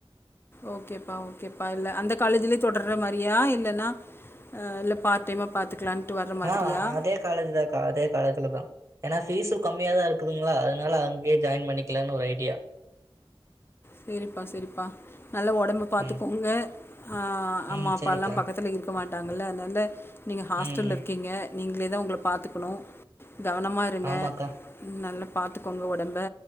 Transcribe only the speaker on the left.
ஓகேப்பா ஓகேப்பா இல்ல அந்த காலேஜ்லயே தொடர்ற மாரியா இல்லன்னா ஆ இல்ல பார்ட் டைமா பாத்துக்கலான்ட்டு வர மாதிரியா
சேரிப்பா செரிப்பா நல்லா உடம்ப பாத்துக்கோங்க
ஆ அம்மா
அப்பல்லா
பக்கத்துல இருக் மாட்டாங்கல்ல அதனால நீங்க ஹாஸ்டல்ல
இருக்கீங்க நீங்களே தா உங்கள பாத்துக்கணு கவனமா இருங்க
ம் நல்லா பாத்துக்கோங்க ஒடம்ப